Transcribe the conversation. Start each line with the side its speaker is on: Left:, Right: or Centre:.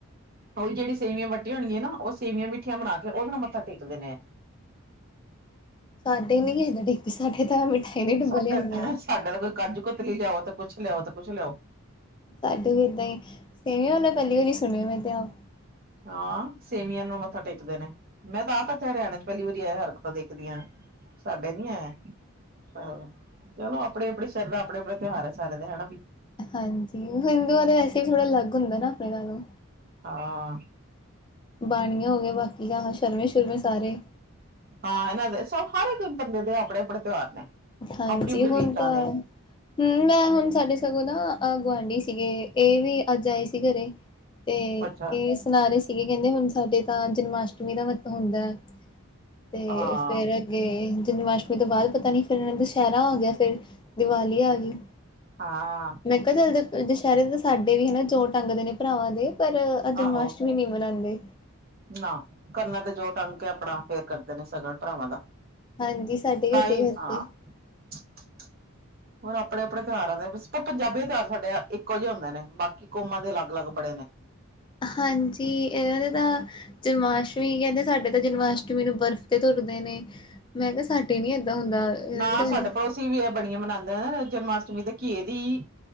Right: ਓ ਈ ਜੇੜੀ ਸੇਵੀਆਂ ਵੱਟੀਆ ਹੋਨਗੀਆਂ ਨਾ ਓ ਸੇਵੀਆਂ ਮਿੱਠੀਆਂ ਬਨਾ ਕੇ ਓਦੇ ਨਾਲ ਮੱਥਾ ਟੇਕਦੇ ਨੇ ਐ।
Left: ਸਾਡੇ ਨੀ ਹੈਦਾ ਡਿੱਕਦੀ ਸਾਡੇ ਤਾਂ ਮਿਠਾਈ ਦਾ ਈ ਡੱਬਾ
Right: ਸਾਡਾ
Left: ਲਿਆਂਦਾ ਗਾ।
Right: ਸਾਡਾ ਤਾਂ ਕੋਈ ਕਾਜੁ-ਕਤਲੀ ਲਿਆਓ ਤੇ ਕੁੱਛ ਲਿਆਓ ਤੇ ਕੁੱਛ ਲਿਆਓ।
Left: ਸਾਡੇ ਵੀ ਏਦਾਂ ਈ ਸੇਵੀਆਂ ਹੋਨਾ ਪੈਲੀ ਵਾਰੀ ਸੁਣਿਆ ਮੈਂ ਤੇ ਆਪ
Right: ਹਾਂ, ਸੇਵੀਆਂ ਨੂੰ ਮੱਥਾ ਟੇਕਦੇ ਨੇ ਮੈਂ ਤਾਂ ਆਪ ਇੱਥੇ ਹਰਿਆਣੇ ਚ ਪੈਲੀ ਵਾਰੀ ਐ ਹਰਕਤਾਂ ਦੇਖਦੀ ਆ। ਸਾਡੇ ਨੀ ਹੈ। ਚਲੋ, ਚਲੋ ਅਪਨੀ-ਅਪਨੀ ਸ਼ਰਦਾ ਅਪਨੇ-ਅਪਨੇ ਤਿਉਹਾਰ ਹੈ ਸਾਰਿਆਂ ਦੇ ਹੈਨਾ ਵੀ
Left: ਹਾਂਜੀ, ਹਿੰਦੂਆਂ ਦੇ ਵੈਸੇ ਵੀ ਥੋੜ੍ਹਾ ਅਲੱਗ ਹੁੰਦਾ ਨਾ ਅਪਨੇ ਨਾਲੋਂ।
Right: ਹਾਂ।
Left: ਬਾਣੀਆਂ ਹੋ ਗਏ ਬਾਕੀ ਆਹ ਸ਼ਰਮੇ-ਸ਼ੁਰਮੇ ਸਾਰੇ।
Right: ਹਾਂ, ਇਨਾਂ ਦੇ ਸਬ ਹਰ ਇੱਕ ਬੰਦੇ ਦੇ ਅਪਨੇ-ਅਪਨੇ ਤਿਉਹਾਰ ਨੇ।
Left: ਹਾਂਜੀ
Right: ਆਪਣੀ ਆਪਣੀ
Left: ਹੁਣ
Right: ਰੀਤਾਂ
Left: ਤਾਂ
Right: ਨੇ
Left: ਹੂੰ, ਮੈਂ ਹੁਣ ਸਾਡੇ ਸਗੋਂ ਨਾ ਅ ਗੁਆਂਢੀ ਸੀਗੇ ਏ ਵੀ ਆੱਜ ਆਏ ਸੀਗੇ ਘਰੇ। ਤੇ
Right: ਅੱਛਾ
Left: ਇਹ ਸੁਨਾਰੇ ਸੀਗੇ ਕਹਿੰਦੇ ਹੁਣ ਸਾਡੇ ਤਾਂ ਜਨਮਾਸ਼ਟਮੀ ਦਾ ਮੰਥਾ ਹੁੰਦਾ। ਤੇ
Right: ਹਾਂ
Left: ਫਿਰ ਅੱਗੇ ਜਨਮਾਸ਼ਟਮੀ ਤੋਂ ਬਾਅਦ ਪਤਾ ਨੀ ਫਿਰ ਦੁਸਹਿਰਾ ਆ ਗਿਆ ਤੇ, ਫਿਰ ਦੀਵਾਲੀ ਆ ਗੀ।
Right: ਹਾਂ‌।
Left: ਮੈਂ ਕਿਹਾ ਦੁਸਹਿਰੇ ਤਾਂ ਸਾਡੇ ਵੀ ਹਨਾ ਜ਼ੋ ਟੰਗਦੇ ਭਰਾਵਾਂ ਦੇ ਪਰ ਆ ਆਹ ਜਨਮਾਸ਼ਟਮੀ
Right: ਆਹੋ
Left: ਨੀ ਮਨਾਦੇ।
Right: ਨਾ ਕੰਨਾ ਤੇ ਜੋ ਟੰਗ ਕੇ ਆਪਣਾ ਫੇਰ ਕਰਦੇ ਨੇ ਸ਼ਗਨ ਭਰਾਵਾਂ ਦਾ।
Left: ਹਾਂਜੀ ਸਾਡੇ
Right: ਭਾਈ
Left: ਵੀ ਏਦਾਂ ਹੀ ਕਰਦੇ।
Right: ਹਾਂ ਚ ਚ ਚ ਹੋਰ ਆਪਣੇ ਆਪਣੇ ਤਿਉਹਾਰਾਂ ਦੇ ਵਿੱਚ ਪਰ ਪੰਜਾਬੀ ਤਿਉਹਾਰ ਸਾਡੇ ਇੱਕੋ ਜਿਹੇ ਹੁੰਦੇ ਨੇ ਬਾਕੀ ਕੌਮਾਂ ਦੇ ਅਲੱਗ ਅਲੱਗ ਬੜੇ ਨੇ।
Left: ਹਾਂਜੀ ਇਨਾ ਦੇ ਤਾਂ ਜਨਮਾਸ਼ਟਮੀ ਕਹਿੰਦੇ ਸਾਡੇ ਤਾਂ ਜਨਮਾਸ਼ਟਮੀ ਨੂੰ ਬਰਫ਼ ਤੇ ਤੁਰਦੇ ਨੇ। ਮੈਂ ਕਿਹਾ ਸਾਡੇ ਏਦਾਂ ਹੁੰਦਾ। ਇਹਨਾਂ
Right: ਨਾ
Left: ਦੇ ਤਾਂ
Right: ਸਾਡੇ
Left: ਕਹਿੰਦੇ
Right: ਪੜੋਸੀ ਵੀ ਇਹ ਬੜੀਆਂ ਮਨਾਦੇ ਜਨਮਾਸ਼ਟਮੀ ਦੇ ਘੀ ਦੀ ਈ